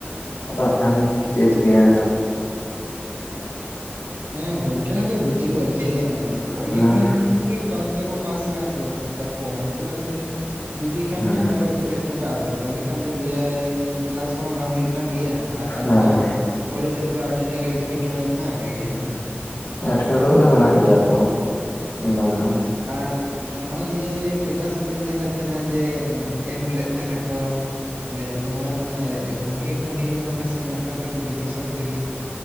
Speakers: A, on the left (about 85°); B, on the right (about 80°).
A: ᱟᱫᱚ ᱦᱟᱸᱜ
B: ᱦᱩᱸ
A: ᱠᱷᱟᱱ ᱪᱮᱜ ᱮ ᱪᱤᱠᱟᱹᱭᱟ ᱠᱷᱟᱱ᱾
B: ᱦᱮᱸ ᱜᱚᱝᱠᱮ ᱦᱚᱸᱠᱚ ᱵᱩᱡᱷᱟᱹᱣᱟ ᱡᱮ ᱚᱞ
A: ᱦᱮᱸ
B: ᱞᱮᱠᱷᱟᱱ ᱜᱮ ᱯᱟᱥ ᱫᱚᱠᱚ ᱯᱟᱥ ᱠᱟᱠᱚ ᱠᱟᱠᱚᱣᱟ ᱪᱮᱫᱟᱜ ᱥᱮ ᱡᱩᱫᱤ ᱠᱷᱟᱱ
A: ᱦᱮᱸ
B: ᱠᱷᱟᱛᱟ ᱠᱚᱭ ᱯᱮᱨᱮᱡ ᱴᱚ ᱠᱟᱜ ᱟᱵᱮᱱ ᱛᱟᱦᱚᱞᱮ ᱠᱷᱟᱱ ᱫᱚ ᱞᱟᱹᱭᱟᱭ ᱠᱮᱞᱟᱥ ᱢᱟ ᱵᱟᱝ ᱦᱩᱭᱩᱜ ᱠᱟᱱ ᱜᱮᱭᱟ᱾ ᱟᱨ ᱟᱵᱚᱣᱟᱜ
A: ᱦᱮᱸ ᱦᱮᱸ
B: ᱠᱚᱞᱮᱡᱽ ᱨᱮᱫᱚ ᱟᱹᱰᱤᱴᱟ ᱜᱮ ᱮᱴᱠᱮᱴᱚᱬᱮ ᱢᱮᱱᱟᱜ ᱠᱟᱜ ᱜᱮᱭᱟ ᱦᱮᱸ
A: ᱮᱴᱠᱮᱴᱚᱬᱮ ᱫᱚ ᱢᱮᱱᱟᱜ ᱜᱮᱭᱟ ᱛᱚ ᱫᱚᱢᱮ,
B: ᱟᱨ ᱱᱚᱜᱼᱚᱭ ᱡᱮ ᱴᱮᱴᱟᱥ ᱠᱚᱨᱮᱧ ᱧᱮᱞᱮᱫ ᱛᱟᱦᱮᱸᱱᱟ ᱡᱮ ᱮᱢ ᱞᱮᱫ ᱛᱟᱦᱮᱸ ᱱᱟᱠᱚ᱾ ᱮᱫ ᱱᱚᱣᱟ ᱨᱮᱱᱟᱜ ᱜᱝᱢᱠᱮ ᱠᱚ ᱱᱤᱭᱳᱜᱚᱜ ᱠᱟᱱᱟ ᱥᱮ ᱪᱮᱫ ᱢᱮᱜᱴᱟᱝ ᱠᱟᱛᱮᱜ ᱡᱚᱛᱚ ᱥᱟᱵᱡᱮᱠᱴ ᱨᱮᱱᱟᱜ